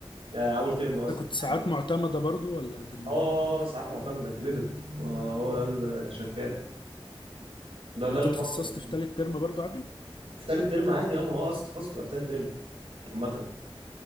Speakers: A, on the right; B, on the left.
A: آه، اول ترم قصدي
B: أنت كنت ساعات
A: يعني
B: معتمدة برضو ولا ترمات؟
A: اه ساعات معتمده كريدت هو ده اللي شغال ده
B: يعني
A: ده اللي
B: انت اتخصصت
A: في مصر.
B: في تالت ترم برضو عادي
A: في تالت ترم عادي اه ما هو اصلا التخصص بيبقى في تالت ترم عامة